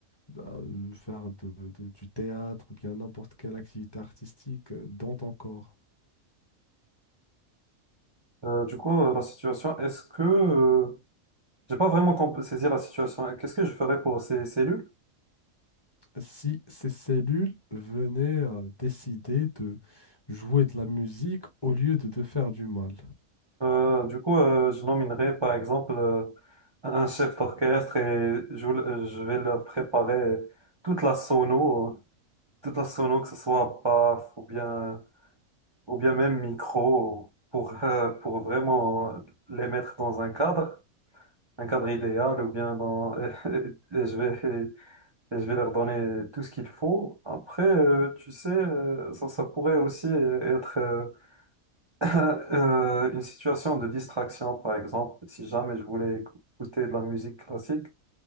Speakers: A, on the left; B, on the right.
A: bah, euh, faire de- de- du théâtre, ou bien n'importe quelle activité artistique euh, dans ton corps.
B: Euh, du coup, euh, la situation, est-ce que... euh, j'ai pas vraiment comp- saisi la situation. Qu'est-ce que je ferais pour ces cellules?
A: Si ces cellules venaient à décider de jouer de la musique au lieu de te faire du mal.
B: Euh, du coup, euh, je nominerai par exemple euh, un chef d'orchestre et je, euh, je vais leur préparer toute la sono, euh, toute la sono, que ce soit baff ou bien, ou bien même micro, pour, euh, pour vraiment les mettre dans un cadre, un cadre idéal ou bien dans... <laughs> Et je vais, et je vais leur donner tout ce qu'il faut. Après, euh, tu sais, euh, ça, ça pourrait aussi être... euh, euh, euh, une situation de distraction, par exemple, si jamais je voulais écouter de la musique classique,